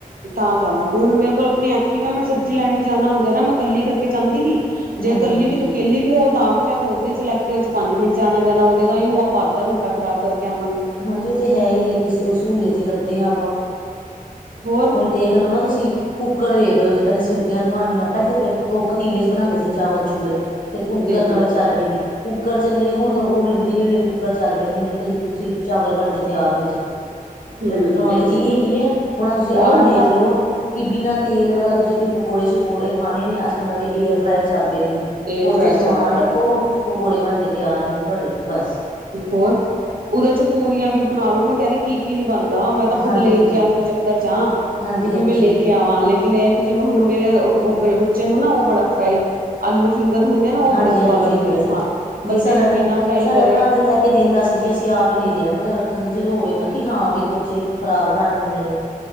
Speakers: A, on the right; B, on the left.
A: ਤਾਂ ਜਾਵਾਂਗੇ ਹੁਣ ਮੇਰੇ ਕੋਲ ਆਪਣੀ ਐਕਟਿਵਾ ਆ। ਮੈਂ ਸਬਜ਼ੀ ਲੈਣ ਵੀ ਜਾਣਾ ਹੁੰਦਾ ਨਾ, ਮੈਂ ਕੱਲੀ ਕਰਕੇ ਜਾਂਦੀ ਨੀ ਜੇ
B: ਹਾਂਜੀ-ਹਾਂਜੀ।
A: ਇਕੱਲੀ ਵੀ ਤੂੰ
B: ਹਾਂਜੀ
A: ਕੇਲੀ ਵੀ ਉਹ ਤਾਂ ਵੀ ਮੈਂ ਸੋਚਦੀ ਆ, ਚਲ ਐਕਟੀਵਾ ਚ ਪੰਜ ਮਿੰਟ ਚ ਆਣਾ ਜਾਣਾ ਹੋ ਜਾਣਾ। ਜੋ ਆਪਾਂ ਅੱਧਾ ਘੰਟਾ ਖਰਾਬ ਕਰਕੇ ਆਵਾਂਗੇ।
B: ਹਾਂਜੀ ਉਹ ਤੇ ਹੈ ਈ ਐ ਜੀ ਸਹੂਲੀਅਤ ਹੀ ਲੱਭਦੇ ਹਾਂ ਆਪਾਂ
A: ਹੋਰ
B: ਹੁਣ ਦੇਖਲੋ ਨਾ ਤੁਸੀਂ ਕੁੱਕਰ ਵੇਖ ਲਹੋ ਜੀ, ਪਹਿਲੇ ਸੀਟੀਆਂ ਦਆਉਣੀਆਂ ਪਹਿਲੇ ਤੇ ਉਹ ਪਤੀਲੇ ਚ ਬਣਾਦੇ ਸੀ ਚਾਵਲ-ਚੂਵਲ ਫਿਰ ਕੁੂੱਕਰ
A: ਦੇਖਲੋ
B: ਨਵੇਂ ਚੱਲ ਪਏ ਜੀ। ਕੁੱਕਰ ਚੱਲੇ, ਹੁਣ ਉਹ ਵਲੇ ਬਿਜਲੀ ਵਾਲੇ ਕ ਕੁੱਕਰ ਚੱਲ ਪਏ ਮਿੰਟ ਚ ਚਾਵਲ ਬਣ ਕੇ ਤਿਆਰ ਨੇ ਜੀ।
A: ਹੂੰ
B: ਇਕ ਟੈਕਨੋਲੋਜੀ
A: ਦੇਖਲੋ
B: ਹੈਗੀ ਆ ਹੁਣ ਤੁਸੀਂ
A: ਹੋਰ
B: ਆਹ
A: ਹੁਣ
B: ਲਿਖ
A: ਤਾਂ
B: ਲਓ ਕਿ ਬਿਨਾਂ ਤੇਲ ਵਾਲਾ ਤੁਸੀਂ ਕੋਈ ਪਕੌੜੇ-ਸ਼ਕੌੜੇ ਖਾਣੇ ਨੇ, ਅਜ-ਕੱਲ ਨਵੇਂਏਅਰ ਫਰਾਈ ਚੱਲ ਪਏ ਨੇ ਜੀ।
A: ਇਹ
B: ਓਥੇ
A: ਫਰਾਈ
B: ਸਮਾਨ
A: ਚੱਲ ਪਏ
B: ਰੱਖੋ
A: ਦੇਖਲੋ
B: ਪਕੌੜੇ ਬਣ ਕੇ ਤਿਆਰ ਨੇ ਜੀ ਤੁਹਾਡੇ ਬਸ।
A: ਹੋਰ ਉਹਦੇ ਚ ਪੂਰੀਆਂ ਵੀ ਬਣਾ ਲੋੋ ਮੈਂ ਕਹਿ ਰਹੀ ਕੀ ਕੀ ਨਹੀਂ ਬਣਦਾ ਮੈਂ ਤਾਂ ਖੁਦ
B: ਹਾਂਜੀ
A: ਲੈ
B: ਹਾਂਜੀ
A: ਕੇ ਆਣ ਦੇ ਚੱਕਰ ਚ ਆ
B: ਹਾਂਜੀ
A: ਕਿ ਵੀ,
B: ਹਾਂਜੀ
A: ਮੈਂ ਲੈ ਕੇ ਆਵਾਂ ਲੇਕਿਨ ਕਿਨ ਕਿ ਜਿਵੇਂ, ਹੁਣ ਮੇਰੇ ਬੱਚੇ ਨੂੰ ਨਾ ਉਹ ਬੜਾ ਫਰਾਈ ਆਲੂ ਫਿੰਗਰ ਹੁੰਦੇ ਆ ਨਾ, ਉਹ
B: ਹਾਂਜੀ
A: ਬੜੇ ਸਵਾਦ
B: ਹਾਂਜੀ
A: ਲੱਗਦੇ
B: ਫਿੰਗਰ
A: ਆ
B: ਚ
A: ਖਾਣ, ਬੰਦੇ
B: ਨਹੀਂ ਸਾਡਾ
A: ਜੇ
B: ਨੇ
A: ਬਿਨਾਂ ਫਰਾਈ
B: ਸਾਡਾ
A: ਕਰੇ
B: ਭਰਾ ਤੇ ਲੈ ਦਿੰਦਾ ਸੀ ਜੀ। ਅਸੀਂ ਆਪ ਈ ਨੀ ਲਿਆ ਮੈਂ ਕਿਹਾ ਰੱਖਣ ਦੀ ਫੇਰ ਹੋਵੇ ਨਾ ਕਿ ਹਾਂ ਵੀ ਬੱਚੇ ਖ਼ਰਾਬ ਕਰ ਦਿੰਦੇ ਨੇ।